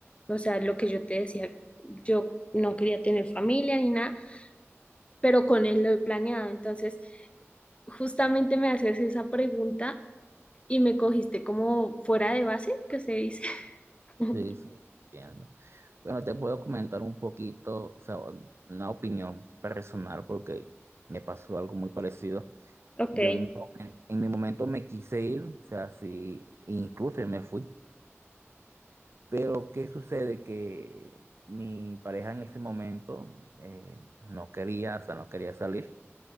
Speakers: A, on the left; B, on the right.
A: O sea, lo que yo te decía, yo no quería tener familia ni nada, pero con él lo he planeado. Entonces, justamente me haces esa pregunta y me cogiste como fuera de base, que se dice. <laughs>
B: Sí, sí, entiendo. Bueno, te puedo comentar un poquito, o sea, una opinión personal porque me pasó algo muy parecido.
A: Ok,
B: Yo en mi momen- en mi momento me quise ir, o sea, sí, incluso me fui, pero ¿qué sucede? Que mi pareja en ese momento eh, no quería, o sea, no quería salir.